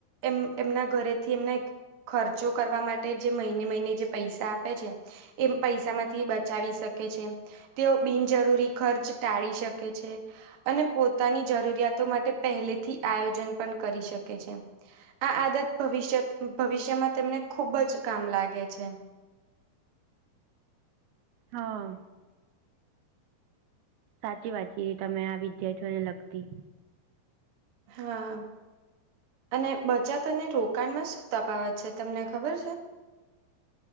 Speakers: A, on the right; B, on the right.
A: એમ એમના ઘરેથી એમના ખર્ચો કરવા માટે જે મહિને મહિને જે પૈસા આપે છે, એમ પૈસા માંથી થી બચાવી શકે છે, તેઓ બિનજરૂરી ખર્ચ ટાળી શકે છે. અને પોતાની જરૂરિયાતો માટે પહેલેથી આયોજન પણ કરી શકે છે. આ આદત ભવિષ્યત ભવિષ્યમાં તેમને ખુબ જ કામ લાગે છે.
B: હા. સાચી વાત કી રી તમે આ વિદ્યાર્થીઓને લગતી.
A: હા. અને બચતને રોકાણમાં શું તફાવત છે તમને ખબર છે?